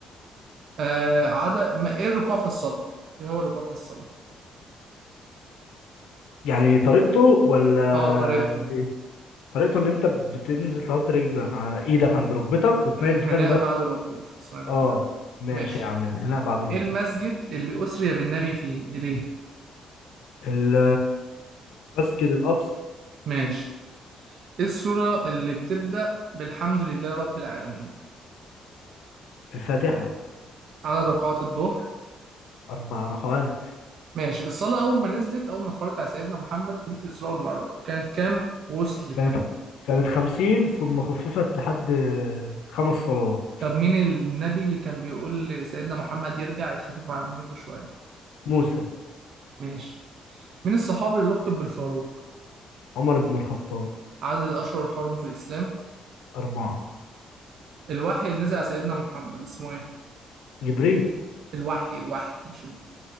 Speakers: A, on the right; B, on the left.
A: آه عدا ما ايه الركوع في الصلاة؟ ايه هو الركوع في الصلاة؟
B: يعني طريقته ولا
A: اه طريقته
B: إيه؟ طريقته ان انت بتنزل تحط رجلك ع- ايدك عند ركبتك وتميل
A: الانحناء
B: وتخلي ظهرك
A: بعد الوقوف اسمها الانحناء
B: اه
A: بعد الوقوف
B: ماشي
A: ماشي
B: يا عم الانحناء بعد الركوع
A: ايه المسجد اللي أسري بالنبي فيه إليه
B: ال- المسجد الاقصى
A: ماشي ايه السورة اللي بتبدأ بالحمد لله رب العالمين
B: الفاتحه
A: عدد ركعات الظهر
B: اربع ركعات
A: ماشي الصلاة أول ما نزلت أول ما اتفرجت على سيدنا محمد في ليلة الإسراء والمعراج كانت كام ووصلت لكام
B: كانت كانت خمسين ثم خففت لحد خمس صلوات
A: طب مين النبي اللي كان بيقول لسيدنا محمد يرجع يخفف على أمته شوية
B: موسى
A: ماشي مين الصحابي اللي لقب بالفاروق
B: عمر بن الخطاب
A: عدد الأشهر الحرم في الإسلام
B: أربعة
A: الوحي اللي نزل على سيدنا محمد اسمه ايه
B: جبريل
A: الوحي الوحي مش